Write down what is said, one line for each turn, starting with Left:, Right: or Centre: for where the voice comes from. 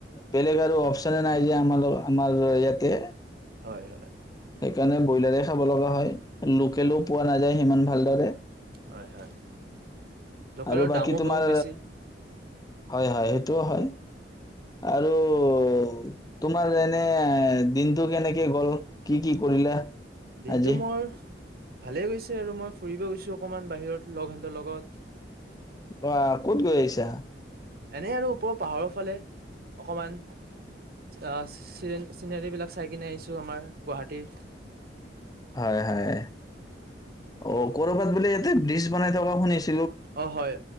Left: বেলেগ আৰু অপচনে নাই যে আমাৰ আমাৰ ইয়াতে।
Right: হয়, হয়।
Left: সেইকাৰণে ব্ৰইলাৰে খাব লগা হয়। লোকেলো
Right: হয়
Left: পোৱা নাযায় সিমান ভালদৰে
Right: হয়, হয়। লোকেলৰ
Left: আৰু বাকী
Right: দামো
Left: তোমাৰ
Right: বহুত বেছি
Left: হয় হয় সেইটোও হয় আৰু তোমাৰ এনে দিনটো কেনেকে গ'ল কি কি কৰিলা?
Right: দিনটো
Left: আজি?
Right: মোৰ ভালেই গৈছে আৰু মই ফুৰিব গৈছো অকমান বাহিৰত লগহঁতৰ লগত
Left: আহ ক'ত গৈ আহিছা?
Right: এনেই আৰু ওপৰৰ পাহাৰৰ ফালে অকমান আহ চি চিনেৰী বিলাক চাই কিনে আহিছো আমাৰ গুৱাহাটীৰ
Left: হয় হয় অ কৰ'ৰবাত বোলে ইয়াতে ব্ৰিজ বনাই থকা শুনিছো
Right: অ হয়